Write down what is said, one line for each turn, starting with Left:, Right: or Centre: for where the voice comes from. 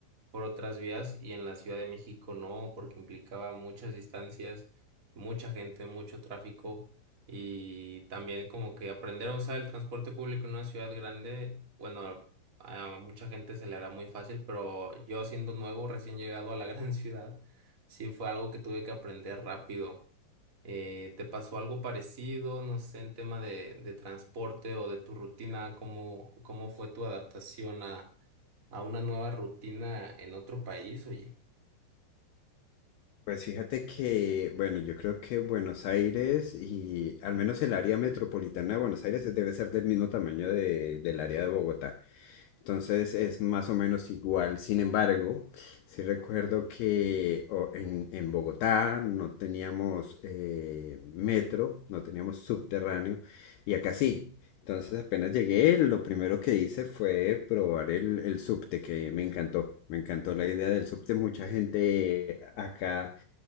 Right: por otras vías y en la Ciudad de México no, porque implicaba muchas distancias, mucha gente, mucho tráfico y también como que aprender a usar el transporte público en una ciudad grande, bueno, a a mucha gente se le hará muy fácil, pero yo siendo nuevo, recién llegado a la <laughs> gran ciudad, sí fue algo que tuve que aprender rápido eh, ¿te pasó algo parecido, no sé, en tema de, de transporte o de tu rutina? ¿Cómo, cómo fue tu adaptación a, a una nueva rutina en otro país, oye?
Left: Pues fíjate que, bueno, yo creo que Buenos Aires y al menos el área metropolitana de Buenos Aires debe ser del mismo tamaño de- del área de Bogotá. Entonces es más o menos igual. Sin embargo, sí recuerdo que o, en, en Bogotá no teníamos eh, metro, no teníamos subterráneo y acá sí. Entonces apenas llegué, lo primero que hice fue probar el, el subte, que me encantó. Me encantó la idea del subte. Mucha gente acá